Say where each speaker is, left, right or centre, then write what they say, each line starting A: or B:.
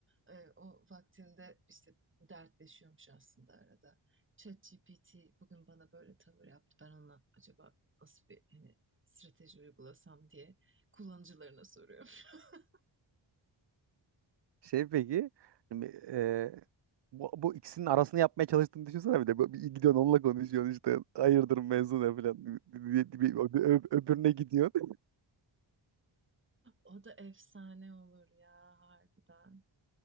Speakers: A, on the right; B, on the right.
A: Ee, o vaktinde işte dertleşiyormuş aslında arada. ChatGPT bugün bana böyle tavır yaptı. Ben ona acaba nasıl bir hani strateji uygulasam diye kullanıcılarına soruyorum. <laughs>
B: Şey peki şimdi, e, bu, bu ikisinin arasını yapmaya çalıştığını düşünsene bir de Bu- bir gidiyorsun onunla konuşuyorsun işte hayırdır mevzu ne falan Bir- bir- öb- öbürüne gidiyorsun
A: O da efsane olur ya harbiden.